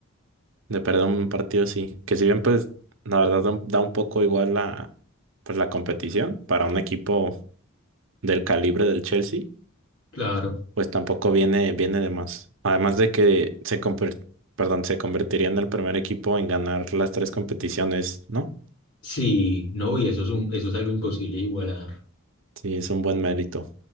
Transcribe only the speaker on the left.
<laughs> Claro.
Sí, no, y eso es un, eso es algo imposible de igualar. <laughs>